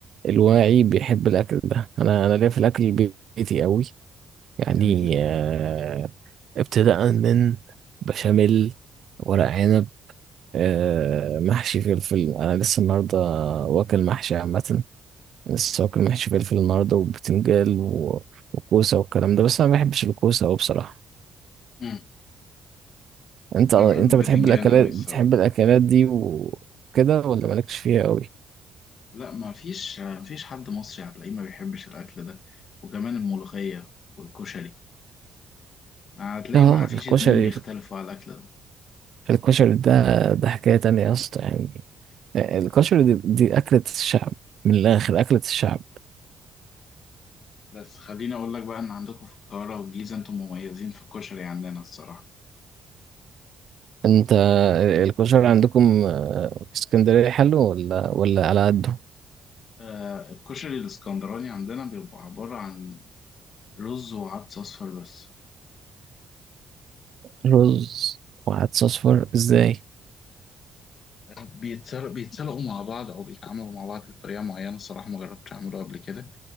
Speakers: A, on the right; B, on the left.
A: الواعي بيحب الاكل ده انا انا ليا في الاكل البيتي قوي يعني
B: جميل
A: آه، ابتداء من بشاميل ورق عنب آه، محشي فلفل انا لسه النهارده واكل محشي عامه لسه واكل محشي فلفل النهارده وبتنجال و- وكوسه والكلام ده بس انا ما بحبش الكوسه قوي بصراحه
B: امم
A: انت
B: انا
A: انت
B: بحب
A: بتحب
B: البتنجان
A: الاكلات
B: قوي الصراحه
A: بتحب الاكلات دي وكده ولا مالكش فيها قوي
B: لا ما فيش ما فيش حد مصري هتلاقيه ما بيحبش الاكل ده وكمان الملوخيه والكشري هتلاقي
A: اه
B: ما فيش
A: الكشري
B: اتنين بيختلفوا على الأكل ده
A: الكشري ده ده حكاية تانية يا اسطى يعني الكشري دي, دي اكلة الشعب من الاخر اكلة الشعب
B: بس خليني أقول لك بقى إن عندكم في القاهرة والجيزة أنتم مميزين في الكشري عندنا الصراحة
A: انت الكشري عندكم آه، في اسكندرية حلو ولا ولا على قده
B: آه الكشري الإسكندراني عندنا بيبقى عبارة عن رز وعدس أصفر بس
A: رز وعدس اصفر ازاي
B: بيتسل- بيتسلقوا مع بعض أو بيتعاملوا مع بعض بطريقة معينة الصراحة ما جربتش أعمله قبل كده